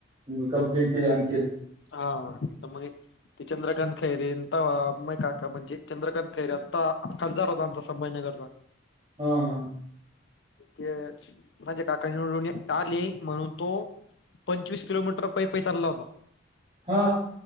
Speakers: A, on the right (about 30°); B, on the left (about 65°).
A: हम् कंप्लेनट केली आण.
B: हा तर मग ते चंद्रकांत खैरेन आ अमय काका म्हणजे चंद्रकांत खैरे आता खासदार होता आमचा संभाजीनगरचा
A: हम् हम.
B: ते जे काकणीून आली म्हणून तो. पंचवीस किलोमीटर पै पै चालला होता.
A: हा.